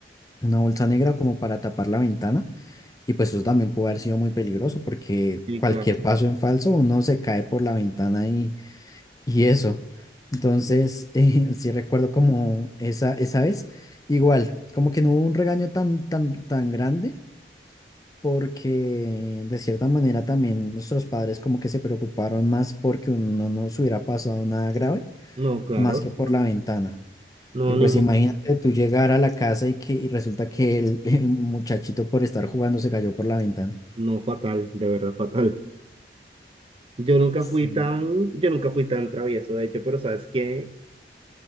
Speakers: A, on the left; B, on the right.
A: una bolsa negra como para tapar la ventana y pues eso también puede haber sido muy peligroso porque
B: sí,
A: cualquier
B: claro.
A: paso en falso uno se cae por la ventana y, y eso. Entonces, <laughs> eh, sí recuerdo como esa, esa vez, igual, como que no hubo un regaño tan, tan, tan grande porque de cierta manera también nuestros padres como que se preocuparon más porque no nos hubiera pasado nada grave
B: No, claro.
A: más que por
B: No,
A: la ventana.
B: no,
A: Porque
B: ni
A: pues
B: mo-
A: imagínate tú llegar a la casa y que y resulta que el el muchachito por estar jugando se cayó por la ventana.
B: no, fatal, de verdad, fatal. Yo nunca
A: Sí,
B: fui tan, yo nunca fui tan travieso, de hecho, pero ¿sabes qué?